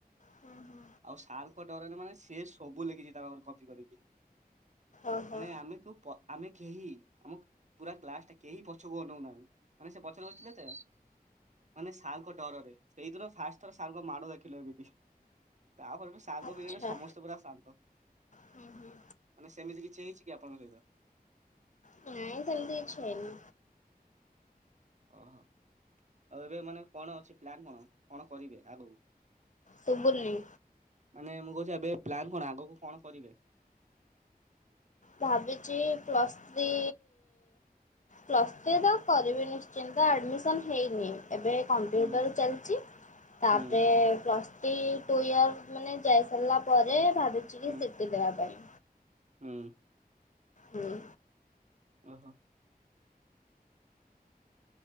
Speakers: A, on the left; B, on the right.
A: ହୁଁ ହୁଁ
B: ଆଉ ସାର୍ଙ୍କ ଡରରେ ମାନେ ସେ ସେ ସବୁ ଲେଖିଛି ତା ପାଖରେ କପି କରିକି
A: ଓହୋ
B: ମାନେ ଆମେ କଉ ପ ଆମେ କେହି ଆମ ପୁରା କ୍ଲାସ ଟା କେହି ପଛକୁ ଅନନାଁ ମାନେ ସେ ପଛରେ ବସିଥିଲେ ତ? ମାନେ ସାର୍ଙ୍କ ଡରରେ ସେଇଦିନ ଫାଷ୍ଟ ଥର ସାର୍ଙ୍କ ମାଡ ଦେଖିଲେ ଏମିତି ତାପରେଠୁ ସାର ଙ୍କ
A: ଆଚ୍ଛା
B: ପିରିଡ଼ୟରେ ସମସ୍ତେ ପୁରା ଶାନ୍ତ
A: ହୁଁ ହୁଁ
B: ମାନେ ସେମିତି କିଛି ହେଇଛି କି ଆପଣଙ୍କ ସହିତ?
A: ନାଇଁ ସେମିତି କିଛି ହେଇନି।
B: ଅ। ଆଉ ଏବେ ମାନେ କଣ ଅଛି ପ୍ଲାନ କଣ କଣ କରିବେ ଆଗକୁ?
A: ସୁବୁଣେଇଁ।
B: ମାନେ ମୁଁ କହୁଛି ଏବେ ପ୍ଲାନ୍ କଣ ଆଗକୁ କଣ କରିବେ?
A: ଭାବିଛି ପ୍ଲସ୍ତ୍ରୀ ପ୍ଲସ୍ ଟେ ତ କରିବି ନିଶ୍ଚିନ୍ତ ଆଡ଼ମିସନ୍ ହେଇନି ଏବେ। କମ୍ପ୍ୟୁଟର
B: ହୁଁ
A: ଚାଲିଛି ତାପରେ
B: ହୁଁ
A: କ୍ଲସ୍ ଟି ଟୁ ଇୟର୍ ମାନେ ଯାଇସାରିଲା ପରେ ଭାବିଛି
B: ହୁଁ
A: କି ସିଟି ଦେବା ପାଇଁ।
B: ହୁଁ।
A: ହୁଁ।
B: ଓହୋ।